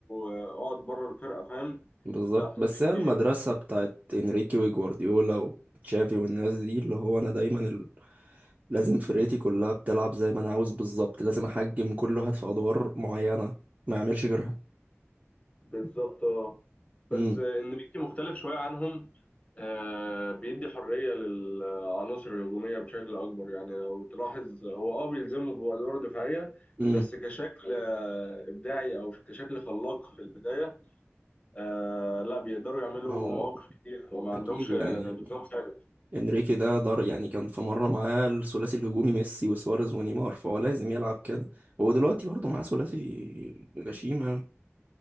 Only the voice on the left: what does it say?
آه، اقعد بره الفرقة فاهم
لا إنريكي
بالظبط اه بس
انريكي مختلف شويه عنهم آه بيدي حريه للعناصر الهجوميه بشكل اكبر يعني لو تلاحظ هو اه بيلزمه بادوار دفاعيه
بس كشكل آه ابداعي او كشكل خلاق في البدايه آه لا بيقدروا يعملوا
مواقف كتير وما
عندهمش
آه، نظام ثابت